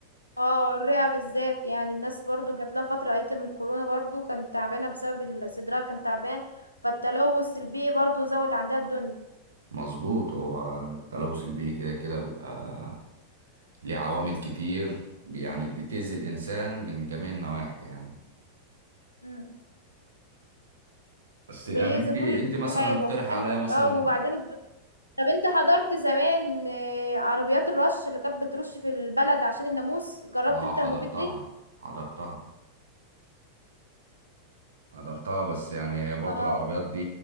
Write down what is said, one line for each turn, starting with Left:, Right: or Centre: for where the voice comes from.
Left: اه الرئة بالذات يعني الناس برضو جات لها فترة ايتم الكورونا برضو كانت تعبانة بسبب ال- صدرها كان تعبان فالتلوث البيئي برضو زود عندها الدنيا
Right: مظبوط هو التلوث البيئي كده كده بيبقى ليه عوامل كتير يعني بتأذي الإنسان من جميع النواحي يعني
Left: مم.
Right: بس
Left: بيأذي
Right: يعني انت
Left: كل
Right: انت مثلا
Left: حاجة
Right: اقترح
Left: وكمان
Right: عليا مثلا
Left: اه وبعدين طب انت حضرت زمان آه، عربيات الرش اللي كانت بترش في البلد عشان الناموس جربت
Right: اه
Left: انت
Right: حضرتها
Left: المبيد دي
Right: حضرتها حضرتها بس يعني هي برضو
Left: اه
Right: العربيات دي